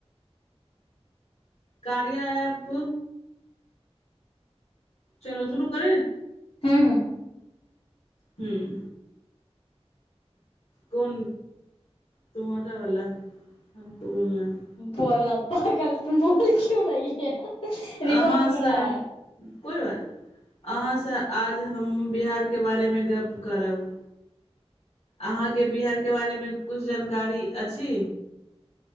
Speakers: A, on the left; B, on the left.
A: कार्यऐप। चलो शुरू करे।
B: हँ हू।
A: ह्म। कोन तमाोटा वाला हमको बोलना है।
B: बोलना पाागल तू बोल क्य रही है। रिकॉर्ड
A: अहँ
B: हो
A: सर।
B: रहा है
A: कोइ बात अहाँसँ आज हम बिहारके बारेमे गप करब अहाँके बिहारके बारेमे किछु जानकारी अछि।